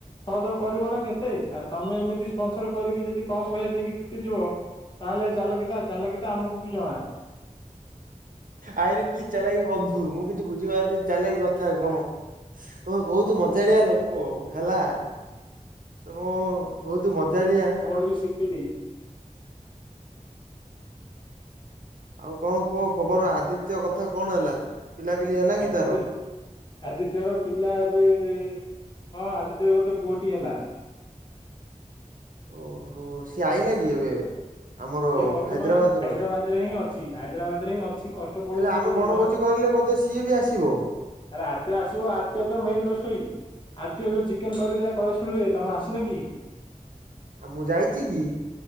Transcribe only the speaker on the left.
ସହଯୋଗ କରିବ ନା କେତେ। ଆରେ ତମେ ଏମିତି ସ୍ପନ୍ସର କରିକି ଯଦି କମ ପଇସା ଦେଇକି ଫିଟିଯିବ। ତାହେଲେ ଚାଲକିତା ଚାଲକିତା ଆମକୁ ବି ଜଣା।
ମୁବି ଶିଖିଲି।
ଆଦିତ୍ୟ
ଆଦିତ୍ୟର ପିଲା ଏବେ ହଁ ଆଦିତ୍ୟର ଗୋଟେ ପୁଅଟିଏ ହେଲା।
ସିଏ ବର୍ତ୍ତମାନ
ହାଇଦ୍ରାବାଦରେ
ହିଁ ଅଛି ହାଇଦ୍ରାବାଦରେ ହିଁ ଅଛି କଷ୍ଟ ପଡୁଛି
ଗୋଟେ
ନୂଆ
ଆରେ ଆଦିତ୍ୟ ଆସିବ ଆଦିତ୍ୟ ତ ମେନ ରୋଷେଇ। ଆଦିତ୍ୟ ଠୁ ଚିକେନ କରି କରି କରା ଶୁଣିବ ତମେ ଆସିନ କି?